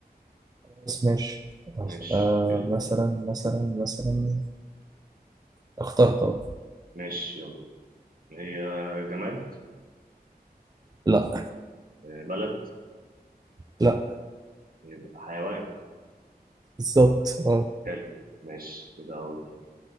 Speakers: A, on the right; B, on the right.
A: خلاص ماشي أخ...
B: ماشي
A: آه
B: يلا
A: مثلا مثلا مثلا اخترت اهو
B: ماشي يلا هي جماد
A: لا
B: آه، بلد
A: لا
B: يبقى حيوان
A: بالظبط اه
B: حلو ماشي كده اول حاجه